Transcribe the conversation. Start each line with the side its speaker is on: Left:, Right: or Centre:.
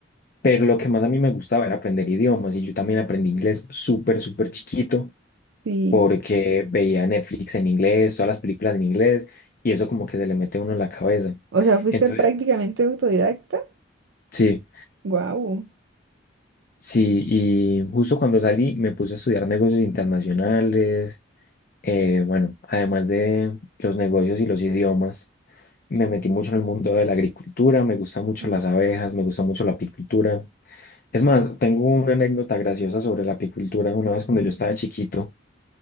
Left: pero lo que más a mí me gustaba era aprender idiomas y yo también aprendí inglés súper, súper chiquito
Right: Sí.
Left: porque veía Netflix en inglés, todas las películas en inglés y eso como que se le mete a uno en la cabeza.
Right: O sea, fuiste
Left: Entonces,
Right: prácticamente autodidacta.
Left: sí,
Right: Guau.
Left: sí, y justo cuando salí me puse a estudiar negocios internacionales, eh, bueno, además de los negocios y los idiomas. Me metí mucho en el mundo de la agricultura, me gustan mucho
Right: Mm.
Left: las abejas, me gusta mucho la apicultura. Es más, tengo una anécdota graciosa sobre la apicultura. Una vez cuando yo estaba chiquito,